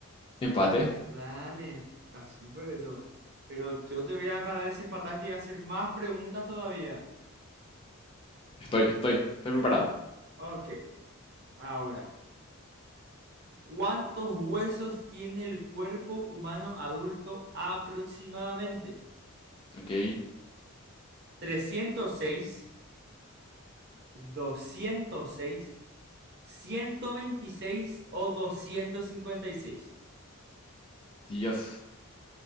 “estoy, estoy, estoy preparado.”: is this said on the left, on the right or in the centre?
Left